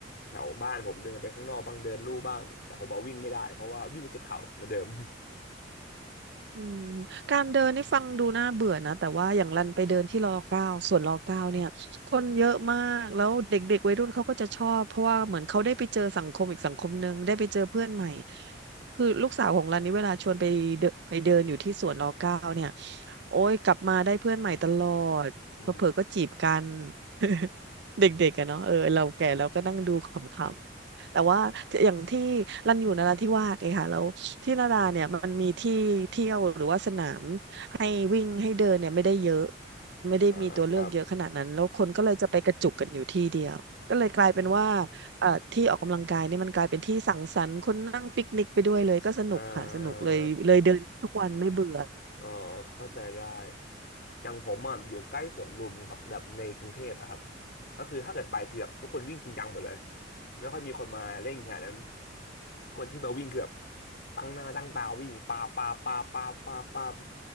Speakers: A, on the left; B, on the right.
A: แถวบ้านผมเดินไปข้างนอกบ้างเดินลู่บ้างแต่ผมบอกวิ่งไม่ได้เพราะว่าวิ่งจะเจ็บเข่าเหมือนเดิม
B: อืมการเดินนี่ฟังดูน่าเบื่อนะแต่ว่าอย่างรันไปเดินที่รอเก้าสวนรอเก้าเนี่ยคนเยอะมากแล้วเด็กๆวัยรุ่นเขาก็จะชอบเพราะว่าเหมือนเขาได้ไปเจอสังคมอีกสังคมหนึ่งได้ไปเจอเพื่อนใหม่คือลูกสาวของรันนี่เวลาชวนไปเดินไปเดินอยู่ที่สวนรอเก้าเนี่ยโอ้ยกลับมาได้เพื่อนใหม่ตลอดเผลอๆก็จีบกัน
A: <laughs> อืม
B: <laughs> เด็กๆอะเนาะเออเราแก่เราก็นั่งดูขำๆแต่ว่าอย่างที่รันอยู่นราธิวาสไงค่ะแล้ว ที่นาดาเนี่ยมันมีที่เที่ยวหรือว่าสนาม
A: อืม
B: ให้วิ่งให้เดินเนี่ยไม่ได้เยอะไม่ได้มีตัวเลือกเยอะขนาดนั้นแล้วคนก็เลยจะไปกระจุกกันอยู่ที่เดียวก็เลยกลายเป็นว่า
A: อ่าครับ
B: เอ่อที่ออกกำลังกายเนี่ยมันกลายเป็นที่สังสรรค์คนนั่งปิกนิกไปด้วยเลยก็สนุกค่ะสนุกเลยเลยเดินทุกวันไม่เบื่อ
A: อ่าอ๋อเข้าใจได้อย่างผมอ่ะอยู่ใกล้สวนลุมครับแบบในกรุงเทพอะครับก็คือถ้าเกิดไปคือแบบทุกคนวิ่งจริงจังหมดเลยไม่ค่อยมีคนมาเล่งขนาดนั้นทุกคนที่มาวิ่งคือแบบตั้งหน้าตั้งตาวิ่งปาปาปาปาปาปา